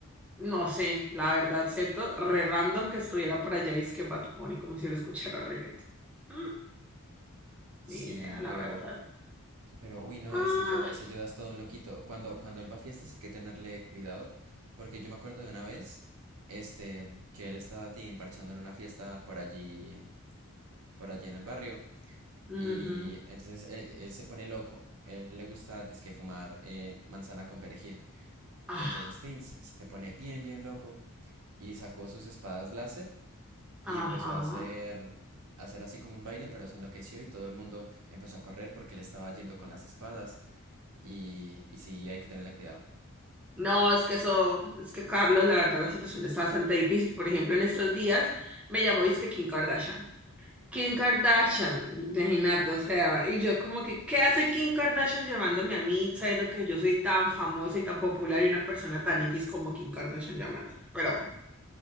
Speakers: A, in the centre; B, on the right.
A: No sé, la verdad, siento re random que estuviera por allá y es que Bad Bunny, como si lo escuchara reggaetón. Mm,
B: Sí,
A: ni idea, la
B: pero,
A: verdad.
B: pero, uy, no,
A: Ah,
B: ese Yoda, ese Yoda es todo un loquito. Cuando, cuando él va a fiestas hay que tenerle cuidado, porque yo me acuerdo de una vez, este, que él estaba tin, parchando en una fiesta por allí, por allí en el barrio.
A: ujú.
B: Y entonces él, él se pone loco. Él le gusta dizque fumar eh, manzana con perejil.
A: Ah,
B: Y entonces Tin se se pone bien, bien loco y sacó sus espadas láser
A: ajá.
B: y empezó a hacer, a hacer así como un baile, pero se enloqueció y todo el mundo empezó a correr porque él estaba yendo con las espadas. Y, y sí, hay que tenerle cuidado.
A: No, es que eso, es que Carlos, la verdad, la situación está bastante difícil. Por ejemplo, en estos días me llamó, es que Kim Kardashian. Kim Kardashian,
B: Ajá.
A: imagínate, o sea, y yo como que, ¿qué hace Kim Kardashian llamándome a mí, sabiendo que yo soy tan famosa y tan popular y una persona tan X como Kim Kardashian llamándome? Pero bueno.